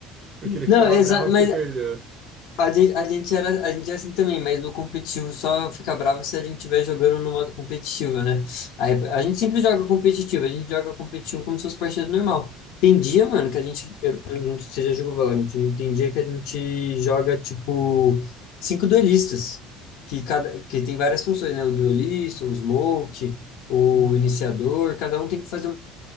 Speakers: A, on the right; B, on the left.
A: Porque ele
B: Não,
A: ficava
B: exato
A: bravo porque
B: mas
A: perdeu.
B: a gente, a gente era, a gente é assim também, mas no competitivo só fica bravo se a gente estiver jogando no modo competitivo, né? Aí, a gente sempre joga competitivo, a gente joga competitivo como se fosse partida normal. Tem dia, mano, que a gente, eu, eu não sei se você já jogou Valorant, tem dia que a gente joga, tipo, cinco duelistas, que cada, que tem várias funções, né? O duelista, o smoke, o
A: Uhum,
B: iniciador, cada um tem que fazer